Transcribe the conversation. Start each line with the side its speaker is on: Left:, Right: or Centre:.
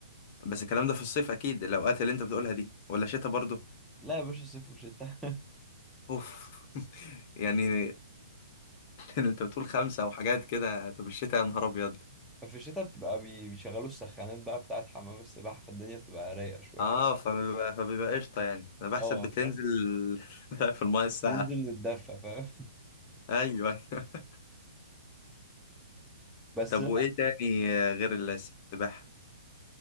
Left: بس الكلام ده في الصيف اكيد الاوقات اللي انت بتقولها دي ولا شتاء برضو
Centre: لا يا باشا صيف وشتاء
Left: اوف <laughs> يعني <laughs> انت بتقول خمسة وحاجات كده طب الشتاء يا نهار ابيض
Centre: <laughs> في الشتاء بتبقى بي- بيشغلوا السخانات بقى بتاعت حمام السباحة فالدنيا بتبقى رايقة شوية
Left: اه فبيبقى فبيبقى قشطة يعني انا بحسب
Centre: اه
Left: بتنزل
Centre: فاهم
Left: <laughs> في المايه الساعة
Centre: ننزل نتدفى فاهم
Left: ايوه <laughs>
Centre: <laughs> بس
Left: طب
Centre: لا
Left: وايه تاني غير السباحة